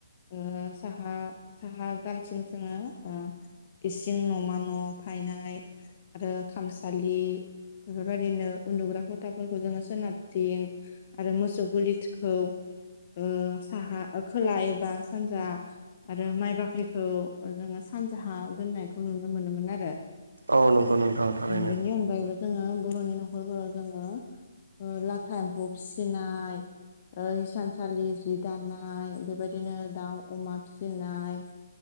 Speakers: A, on the left; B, on the right.
A: ओ साहा साहा गालथिं जोंङो इसिं न'मा न' थायनाय आरो खामसालि बेफोरबायदिनो उन्दुग्रा गथाफोर खौ जोंङो सोनाबथिं आरो मोसौ गुलिखौ ओ साहा खोला एबा सानजा आरो माइ बाख्रिखौ जोंङो सानजाहा दोननायखौ नुनो मोनोमोन आरो।
B: औ नंगौ नोंथां थारैनो
A: बेनि अनगायैबो जोंङो बर'नि न'खरफोरा जोंङो लाथा एमफौ फिसिनाय ओ हिसानसालि जि दानाय बेबायदिनो दाउ अमा फिसिनाय